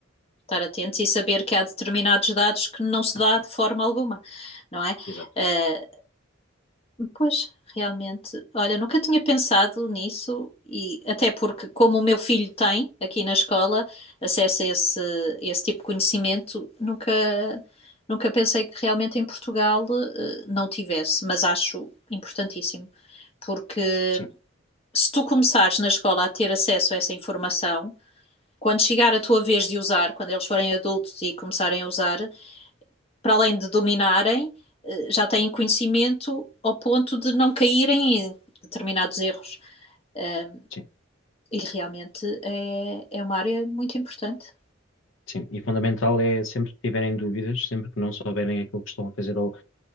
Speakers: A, on the left (about 30°); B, on the left (about 75°).
A: estar atentos e saber que há determinados dados que não se dá de forma alguma, não é?
B: exato,
A: Eh, pois, realmente, olha, nunca tinha pensado nisso e até porque, como o meu filho tem aqui na escola acesso a esse, esse tipo de conhecimento, nunca, nunca pensei que realmente em Portugal, eh, não tivesse, mas acho importantíssimo. Porque
B: sim,
A: se tu começares na escola a ter acesso a essa informação, quando chegar a tua vez de usar, quando eles forem adultos e começarem a usar, para além de dominarem, eh, já têm conhecimento ao ponto de não caírem em determinados erros. Eh,
B: sim.
A: E realmente é, é uma área muito importante.
B: Sim, e fundamental é sempre que tiverem dúvidas, sempre que não souberem aquilo que estão a fazer, ou